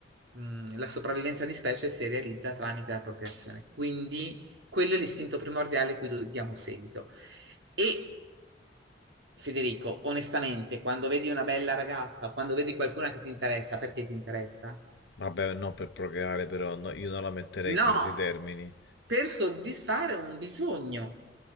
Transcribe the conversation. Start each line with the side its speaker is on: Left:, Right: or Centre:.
Right: Mm, la sopravvivenza di specie si realizza tramite la procreazione, quindi quello è l'istinto primordiale a cui do- diamo seguito. E Federico, onestamente, quando vedi una bella ragazza o quando vedi qualcuna che ti interessa, perché ti interessa?
Left: Vabbè, no, per procreare però, no, io non la metterei
Right: No,
Left: in questi termini.
Right: per soddisfare un bisogno.